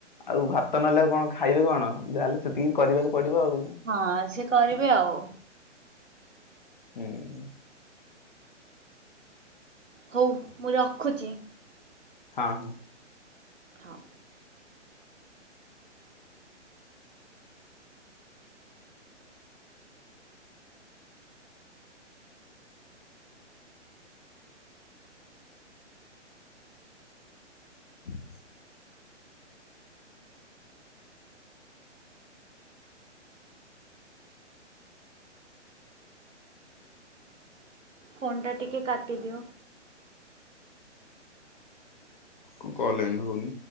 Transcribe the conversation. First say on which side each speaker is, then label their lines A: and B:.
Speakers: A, on the left; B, on the right.
A: ଆଉ ଭାତ ନେଲେ ଆଉ କଣ। ଖାଇବେ କଣ ଯାହେଲେ ସେତିକି କରିବାକୁ ପଡ଼ିବ ଆଉ।
B: ହଁ ସିଏ କରିବେ ଆଉ।
A: ହୁଁ।
B: ହୋଉ ମୁଁ ରଖୁଛି।
A: ହଁ ହଁ।
B: ହଁ।
A: ହ <inaudible>
B: ଫୋନ୍ ଟା ଟିକେ କାଟିଦିଅ।
A: କଣ କଲ୍ ଏଣ୍ଡ୍ ହୋଉନି।